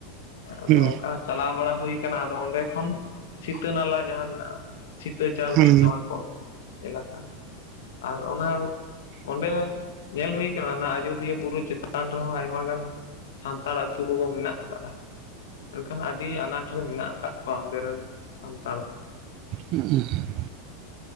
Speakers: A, on the left; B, on the right.
A: ᱟᱫᱚ
B: ᱦᱩᱸ
A: ᱚᱱᱠᱟ ᱪᱟᱞᱟᱣ ᱵᱟᱲᱟ ᱦᱩᱭ ᱟᱫᱚ ᱚᱸᱰᱮ ᱠᱷᱚᱱ ᱥᱤᱛᱟᱹ ᱱᱟᱞᱟ ᱡᱟᱦᱟᱸ ᱢᱮᱱᱟᱜᱼᱟ ᱥᱤᱛᱟᱹ ᱪᱟᱣᱨᱤᱡ
B: ᱦᱩᱸ
A: ᱱᱚᱣᱟ ᱠᱚ ᱮᱞᱟᱠᱟ ᱟᱨ ᱚᱱᱟ ᱚᱸᱰᱮ ᱧᱮᱞ ᱦᱩᱭ ᱠᱟᱱᱟ ᱟᱡᱳᱫᱤᱭᱟᱹ ᱵᱩᱨᱩ ᱪᱮᱛᱟᱱ ᱪᱮᱛᱟᱱ ᱨᱮᱦᱚᱸ ᱟᱭᱢᱟ ᱜᱟᱱ ᱥᱟᱱᱛᱟᱲ ᱟᱹᱛᱩ ᱠᱚᱠᱚ ᱢᱮᱱᱟᱜ ᱟᱠᱟᱫᱟᱼᱟ ᱾ᱢᱮᱱᱠᱷᱟᱱ ᱟᱹᱰᱤ ᱟᱱᱟᱴ ᱨᱮ <unintelligible> ᱢᱮᱱᱟᱜ ᱟᱠᱟᱫ ᱠᱚᱣᱟ ᱚᱸᱰᱮ ᱨᱮᱱ ᱥᱟᱱᱛᱟᱲ ᱠᱚ᱾
B: ᱦ <inaudible>